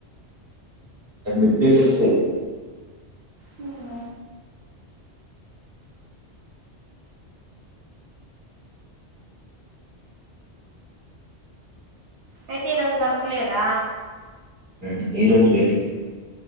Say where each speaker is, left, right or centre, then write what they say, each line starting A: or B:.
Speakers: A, on the right (about 45°); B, on the right (about 65°).
A: అడ్మిట్లే <unintelligible> వస్తాయి
B: వునా అయితే ఈ రోజు వర్క్ లేదా
A: లేదు ఈ రోజు రేపు